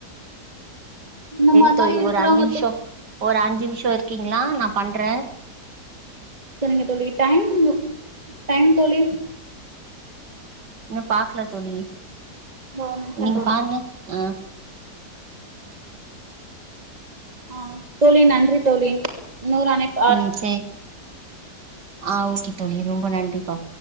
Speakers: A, on the right; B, on the right.
A: அந்த
B: செரி
A: மாரிலா
B: தோழி
A: இருக்குறாங்க
B: ஒரு அஞ்சிம்ஷோ
A: தோழி
B: ஒரு அஞ்சிம்ஷோ இருக்கீங்ளா நா பண்ற
A: சரிங்க தோழி டைமு டைம் தோழி
B: இன்னு பாக்ல தோழி
A: இந்த ஒரு நிமிஷம்
B: நீங்க
A: தோழி
B: பாருங்க அ
A: அ தோழி நன்றி தோழி இன்னொரு அனைப்
B: ம் சேரி அ ஓகே தோழி ரொம்ப நன்றிப்பா